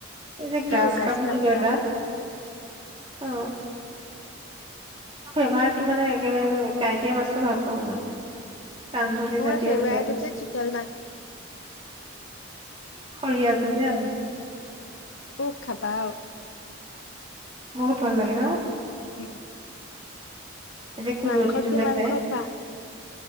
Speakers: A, on the right (about 25°); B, on the left (about 75°).
A: এই যে গ্ৰাছ
B: উগাছ
A: কাপ বুলি
B: কাপৰা
A: কয়, এটা। অ'। <unintelligible> ফেভাৰটটো মানে একেবাৰে, কাঁইতীয়া মাছটো ভাল পাওঁ, মই। কান্ধলি
B: মোৰ
A: জাতীয়,
B: ফেভাৰেট
A: এনেকুৱাই,
B: হৈছে চিতল মাছ
A: <unintelligible> খৰিয়াটো যে <unintelligible>
B: উস, খাবা আও।
A: বহুত ভাল লাগে ন?
B: উম।
A: এই যে কুলঠিটো
B: মাংস, কি
A: যে
B: মাংস
A: খাই
B: খোৱা?